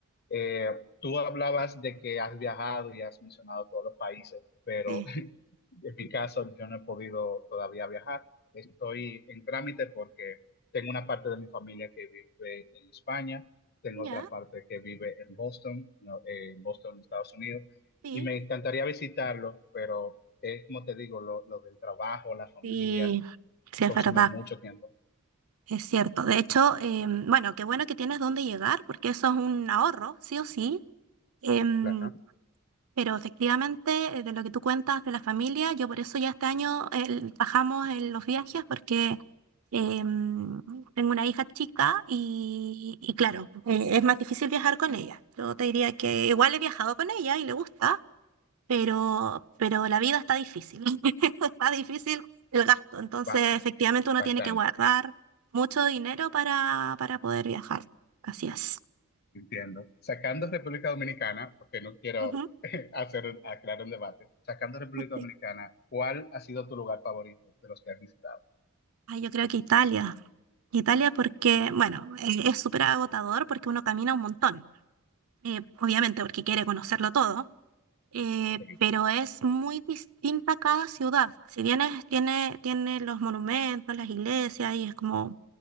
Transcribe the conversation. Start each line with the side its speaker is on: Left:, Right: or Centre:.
Left: Eh, tú hablabas de que has viajado y has mencionado todos los países, pero
Right: Sí.
Left: En mi caso, yo no he podido todavía viajar. Estoy en trámite porque tengo una parte de mi familia que vive en España, tengo
Right: Ya,
Left: otra parte que vive en Boston, no, eh, en Boston, Estados Unidos,
Right: sí.
Left: y me encantaría visitarlo, pero es como te digo, lo, lo del trabajo, la familia,
Right: Sí, sí,
Left: consume
Right: es verdad.
Left: mucho tiempo,
Right: Es cierto. De hecho, em, bueno, qué bueno que tienes dónde llegar, porque eso es un ahorro, sí o sí. Em,
Left: Claro.
Right: pero efectivamente, eh, de lo que tú cuentas de la familia, yo por eso ya este año el- bajamos en los viajes, porque em, tengo una hija chica y, y claro, eh, es más difícil viajar con ella. Yo te diría que igual he viajado con ella y le gusta, pero, pero la vida está difícil, <laughs> está difícil el gasto, entonces
Left: ba-
Right: efectivamente uno
Left: bastante,
Right: tiene que guardar mucho dinero para, para poder viajar, así es.
Left: entiendo. Sacando República Dominicana, porque no quiero
Right: Ujú.
Left: <laughs> hacer, aclarar un debate, sacando República
Right: <laughs>
Left: Dominicana, ¿cuál ha sido tu lugar favorito de los que has visitado?
Right: Ay, yo creo que Italia, Italia porque, bueno, eh, es súper agotador porque uno camina un montón, eh, obviamente porque quiere conocerlo todo, eh,
Left: Sí,
Right: pero es muy distinta cada ciudad. Si bien es- tiene, tiene los monumentos, las iglesias, y es como